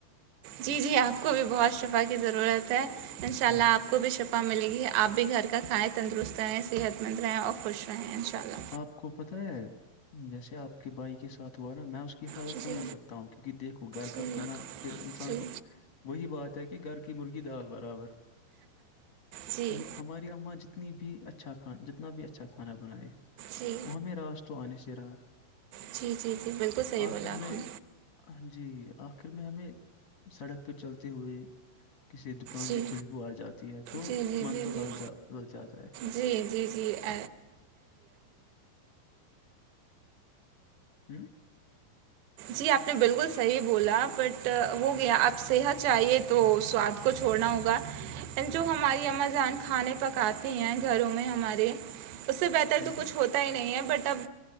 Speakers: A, on the right; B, on the left.
A: جی جی آپ کو بھی بہت شفا کی ضرورت ہے انشاء
B: ہوں۔
A: اللہ آپ کو بھی شفا ملے گی آپ بھی گھر کا کھائیں تندرست رہیں صحت مند رہیں اور خوش رہیں انشاء اللہ
B: آپ کو پت ہے جیسے آپ کے بھائی کے ساتھ ہوا نا میں اس کی حالت
A: جی
B: سمجھ
A: جی
B: سکتا ہوں کیونکہ دیکھو گھر
A: جی
B: کا کھانا پھر انسان
A: جی
B: کو وہی بات ہے کہ گھر کی مرغی دال برابر
A: جی
B: م- ہماری اما جتنی بھی اچھا کھانا جتنا بھی اچھا کھانا بنائے
A: جی
B: وہ ہمیں راس تو آنے سے رہا
A: جی جی جی بالکل صحیح
B: آخر
A: بولا آپ
B: میں
A: نے
B: ہاں جی آخر میں ہمیں سڑک پہ چلتے ہوئے کسی دکان
A: جی
B: سے خوشبو آ جاتی ہے تو
A: جی جی
B: من
A: جی
B: تو
A: جی
B: للچاتا جاتا ہے
A: جی جی جی <inaudible>
B: ہوں
A: جی آپ نے بالکل صحیح بولا بٹ ہو گیا آپ صحت چاہیے تو سواد کو چھوڑنا ہوگا جو ہماری اما جان کھانے پکاتی ہیں گھروں میں ہمارے اس سے بہتر
B: ہوں
A: تو کچھ ہوتا ہی نہیں ہے بٹ اب